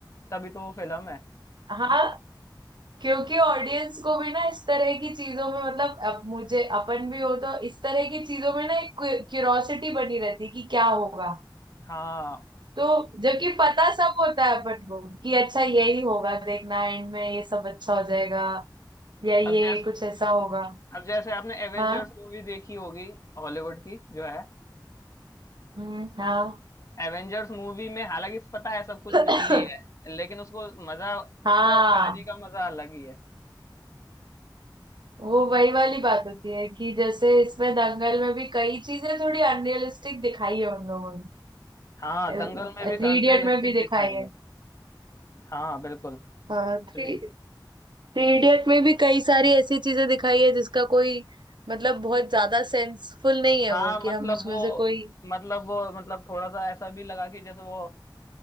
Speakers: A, on the left; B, on the right.
A: तभी तो वो फिल्म है
B: हाँ क्योंकि ऑडियंस को भी ना इस तरह की चीजों में मतलब अब मुझे अपन भी हो तो इस तरह की चीजों में ना एक क्यूरोसिटी बनी रहती है कि क्या होगा
A: हाँ
B: तो जबकि पता सब होता है अपन को कि अच्छा यही होगा देखना एंड में ये सब अच्छा हो जाएगा या ये
A: अब जैसे
B: कुछ ऐसा होगा
A: अब जैसे आपने एवेंजर्स
B: हाँ
A: मूवी देखी होगी हॉलीवुड की जो है
B: हम्म, हाँ
A: एवेंजर्स मूवी में हालांकि इस पता है सब कुछ नकली
B: <laughs>
A: है लेकिन उसको मजा
B: हाँ
A: उसका कहानी का मजा अलग ही है
B: वो वही वाली बात होती है कि जैसे इसमें दंगल में भी कई चीजें थोड़ी अनरियलिस्टिक दिखाई है उन लोगों
A: हाँ
B: ने
A: दंगल में भी
B: थ्री
A: अनरियलिस्टिक
B: इडियट में भी दिखाई
A: दिखाई
B: है
A: है हाँ बिल्कुल
B: हाँ थ्री
A: रे-
B: थ्री इडियट में भी कई सारी ऐसी चीजें दिखाई है जिसका कोई मतलब बहुत ज्यादा सेंसफुल नहीं
A: हाँ
B: है वो कि
A: मतलब
B: हम उसमें
A: वो
B: से कोई
A: मतलब वो मतलब थोड़ा सा ऐसा भी लगा कि जैसे वो